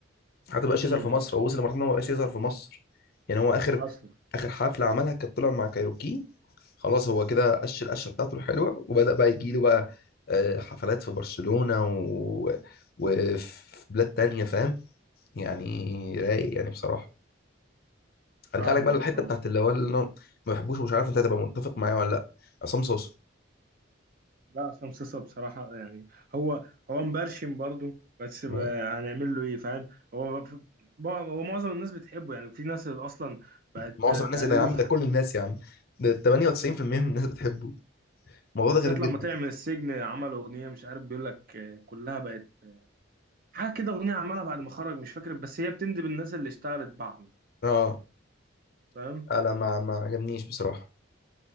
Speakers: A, on the left; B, on the right.
A: حتى مبقاش
B: امم
A: يظهر في مصر هو وصل لمرحله ان هو مبقاش يظهر في مصر يعني هو اخر
B: اصلا
A: اخر حفله عملها كانت طلع مع كايروكي خلاص هو كده قش القشه بتاعته الحلوه وبدا بقى يجي له بقى آه، حفلات في برشلونه و... وفي بلاد تانية فاهم يعني رايق يعني بصراحه ارجع
B: فاهمك
A: لك بقى للحته
B: اه
A: بتاعت اللي هو اللي أنا ما بحبوش ومش عارف انت هتبقى متفق معايا ولا لا عصام صوصه
B: لا عصام صاصا بصراحه يعني هو هو مبرشم برضو بس ب-
A: م-
B: هنعمل له ايه فاهم هو ب- هو معظم الناس بتحبه يعني في ناس اصلا بقت
A: معظم
B: تقليده
A: الناس ايه ده يا عم ده كل الناس يا عم ده 98% من الناس بتحبه الموضوع
B: بالذات
A: ده غريب
B: لما
A: جدا
B: طلع من السجن عمل اغنيه مش عارف بيقول لك آه، كلها بقت حاجه كده اغنيه عملها بعد ما خرج مش فاكر بس هي بتندب الناس اللي اشتغلت بعده
A: اه
B: فاهم
A: لا ما ما عجبنيش بصراحه